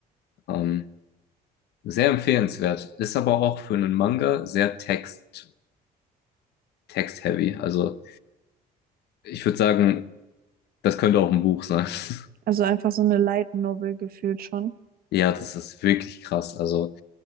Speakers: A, on the left; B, on the right.
A: Ähm, Sehr empfehlenswert. Ist aber auch für einen Manga sehr text, text-heavy. Also ich würde sagen, das könnte auch ein Buch sein. <laughs>
B: Also einfach so eine Light Novel gefühlt schon.
A: Ja, das ist wirklich krass. Also